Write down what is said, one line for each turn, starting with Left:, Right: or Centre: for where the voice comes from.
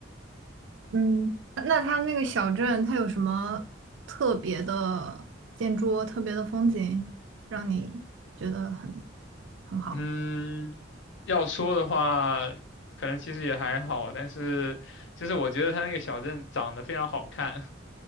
Right: 嗯，那那他那个小镇，它有什么特别的建筑、特别的风景，让你觉得很很好？
Left: 嗯，要说的话，可能其实也还好，但是就是我觉得它那个小镇长得非常好看，